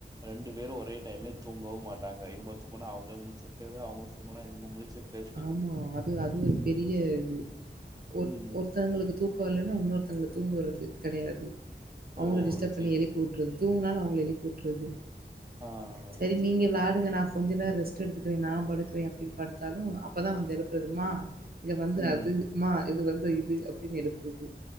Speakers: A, on the right; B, on the right.
A: ரெண்டு பேரு ஒரே டைம்லே தூங்கவு மாட்டாங்க இவுங்க தூங்குனா அவுங்க முழிச்சிருக்கறது அவுங்க தூங்குனா இவுங்க முழிச்சிருக்கறது
B: ஆமா அது அது ஒரு பெரிய இது ஒர்
A: ம்
B: ஒர் த்தோங்களுக்கு தூக்கோ வர்லன்னா வுன்னொருத்தோங்கள தூங்க வுட்றது கெடயாது அவுங்கள
A: ஓ
B: டிஸ்டர்ப்
A: சேரி
B: பண்ணி எழுப்பி வுட்ரு தூங்னாலு அவுங்கள எழுப்பி வுட்றது
A: ஆ
B: செரி
A: சேரி
B: நீங்க விளாடுங்க
A: சேரி
B: நா கொஞ்ச நேரோ ரெஸ்ட் எடுத்துக்குறே நா படுக்குறே அப்டின் படுத்தாலு அப்பதா வந்து எழுப்புறது மா இங்க வந்து
A: ம்
B: அது மா இது வந்து இது அப்டின் எழுப்புறது